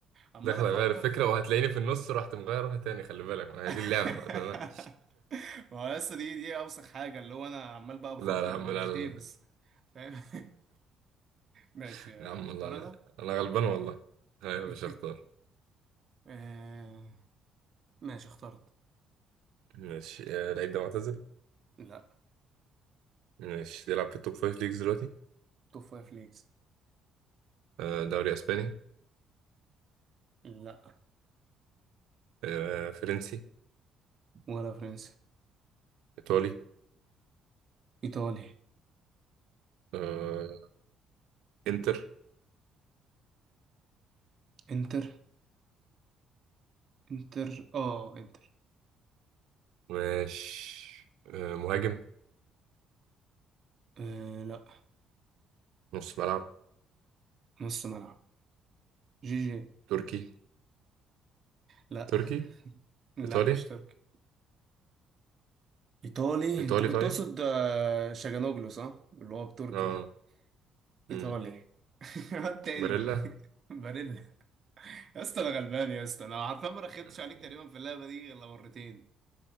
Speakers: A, on the right; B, on the right.
A: عمال
B: داخل
A: افكر
B: اغير الفكره
A: فاهم
B: وهتلاقيني في النص رحت مغيرها تاني خلي بالك ما هي
A: <laughs>
B: دي اللعبه بقى. لا
A: ما هو لسه دي دي اوسخ حاجه اللي هو انا عمال
B: <laughs>
A: بقى بفكر
B: لا لا لا يا عم
A: ما هو
B: لا
A: مش
B: لا
A: ديفيز
B: لا.
A: فاهم <laughs> ماشي
B: <laughs>
A: آه،
B: يا عم
A: اختار
B: الله لا
A: انا
B: انا غلبان والله ايوه
A: <laughs>
B: مش هختار
A: آه... ماشي اخترت
B: ماشي آه، اللعيب ده معتزل
A: لا
B: ماشي بيلعب في التوب فايف ليجز دلوقتي
A: توب فايف ليجز
B: آه، دوري اسباني
A: لا
B: آه، فرنسي
A: ولا فرنسا
B: ايطالي
A: ايطالي
B: آه، انتر
A: انتر انتر اه انتر
B: ماشي آه، مهاجم
A: آه لا
B: نص ملعب
A: نص ملعب جي جي
B: تركي
A: لا
B: تركي
A: لا
B: ايطالي
A: مش تركي ايطالي
B: ايطالي
A: انت كنت
B: طيب
A: تقصد آه، شاجانوجلو صح اللي هو بتركي
B: اه
A: دي
B: مم.
A: ايطالي <laughs> الواد تاني
B: باريلا
A: ما- باريلا يا اسطى انا غلبان يا اسطى انا عارفه ما رخيتش
B: <laughs>
A: عليك تقريبا في اللعبه دي غير مرتين